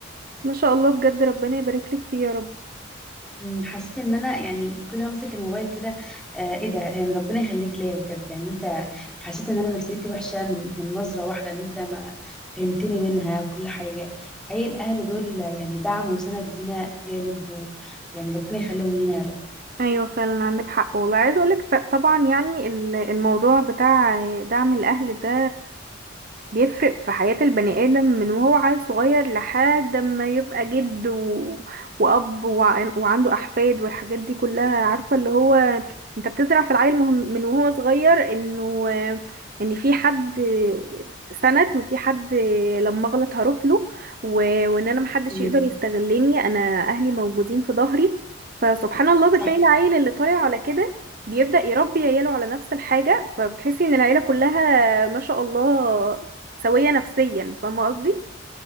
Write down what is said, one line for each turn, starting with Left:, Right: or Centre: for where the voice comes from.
Right: ما شاء الله بجد ربنا يبارك لك فيه يا رب
Centre: مم، حسيت ان انا يعني كل ما امسك الموبال كده آه ايه ده يعني ربنا يخليك ليا بجد يعني انت حسيت ان انا نفسيتي وحشه من من نظره واحده ان انت ما فهمتني منها وكل حاجه حقيقي الاهل دول يعني دعم وسند لينا جامد و يعني ربنا يخليهم لينا يا رب
Right: ايوه فعلا عندك حق والله عايزه اقولك ف- طبعا يعني ال- الموضوع بتاع دعم الاهل ده بيفرق في حياة البني آدم من وهو عيل صغير لحد ما يبقى جد و... وأب وع... وعنده أحفاد والحاجات دي كلها عارفة اللي هو انت بتزرع في العيل مهم... من وهو صغير انه ان في حد سند وفي حد لما اغلط هروح له و... وان انا محدش
Centre: مم،
Right: يقدر يستغلني انا اهلي موجودين في ظهري فسبحان الله بتلاقي
Centre: صح
Right: العيل اللي طالع على كده بيبدأ يربي عياله على نفس الحاجة فبتحسي ان العيلة كلها ما شاء الله سوية نفسيا فاهمة قصدي